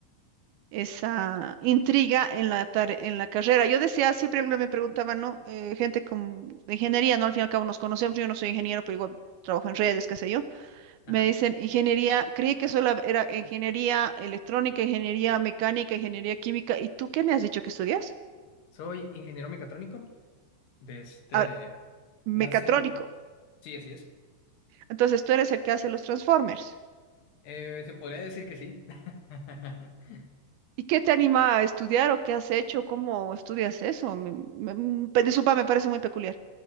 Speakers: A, on the right; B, on the left.
A: esa intriga en la, tare- en la carrera. Yo decía, siempre me preguntaban, ¿no? Eh, gente con, de ingeniería, ¿no? Al fin y al cabo nos conocemos. Yo no soy ingeniero, pero igual trabajo en redes, qué sé yo.
B: Ajá.
A: Me dicen ingeniería, creí que solo era ingeniería electrónica, ingeniería mecánica, ingeniería química. ¿Y tú qué me has dicho que estudias?
B: Soy ingeniero mecatrónico. Desde
A: Ah, mecatrónico.
B: nace un... Sí, así es.
A: Entonces tú eres el que hace los Transformers.
B: Eh, se podría decir que sí. <laughs>
A: ¿Y qué te anima a estudiar o qué has hecho? ¿Cómo estudias eso? Me, me- mm, pe- disculpa, me parece muy peculiar.